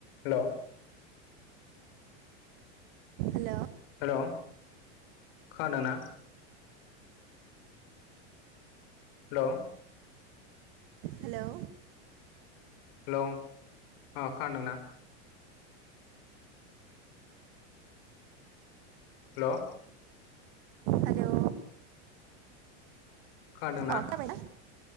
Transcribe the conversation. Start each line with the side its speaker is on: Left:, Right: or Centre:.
Left: हेल'
Right: hello
Left: hello खोनादों ना? Hello
Right: hello
Left: hello अ खोनादोंना हेल'
Right: हेलौ
Left: खोनादोंना
Right: अ खोनाबायना